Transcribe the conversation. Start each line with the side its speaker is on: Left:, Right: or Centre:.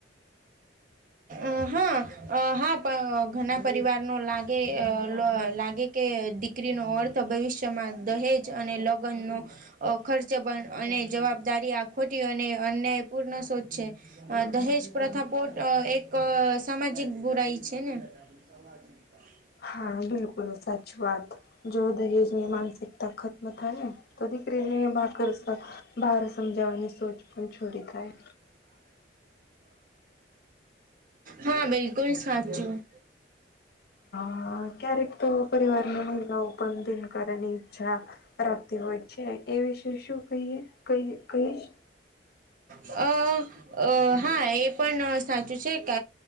Right: અ હા અ હા પણ ઘણા પરિવાર નો લાગે લાગે કે દીકરીનો અર્થ ભવિષ્યમાં દહેજ અને લગ્નનો ખર્ચ બંધ અને જવાબદારી આ ખોટી અને અન્યાય પૂર્ણ સોચ છે દહેજ પ્રથા પોટ એક સામાજિક બુરાઈ છે ને <inaudible>
Left: હા બિલકુલ સાચી વાત જો દહેજ ની માનસિકતા ખ ખતમ થાહે ને તો દીકરીને બાકર બહાર સમજાવવાની સોચ પણ છોડી દાય
Right: હા બિલકુલ સાચું
Left: અ ક્યારેક તો પરિવારની મહિલાઓ પણ દિનકારની ઈચ્છા રાખતી હોય છે એ વિશે શું કહીએ ક કહીશ
Right: અ અ હા એ પણ સાચું છે ક